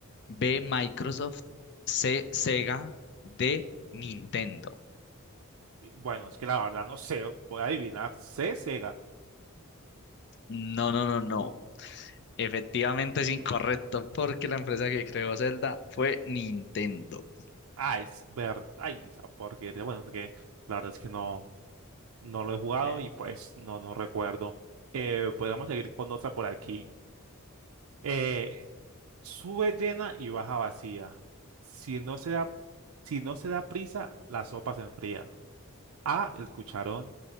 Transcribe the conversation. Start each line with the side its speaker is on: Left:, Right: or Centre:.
Left: B, Microsoft, C, Sega, D, Nintendo.
Right: Y, Bueno, es que la verdad no sé, voy a adivinar. C, Sega.
Left: No, no, no, no. Efectivamente es incorrecto porque la empresa que creó Zelda fue Nintendo.
Right: Ah, es verdad. Ay, esa porquería. Bueno, es que la verdad es que no, no lo he jugado
Left: Eh,
Right: y pues no, no recuerdo. Eh, podemos seguir con otra por aquí. Eh, sube llena y baja vacía. Si no se da, si no se da prisa, la sopa se enfría. A, el cucharón.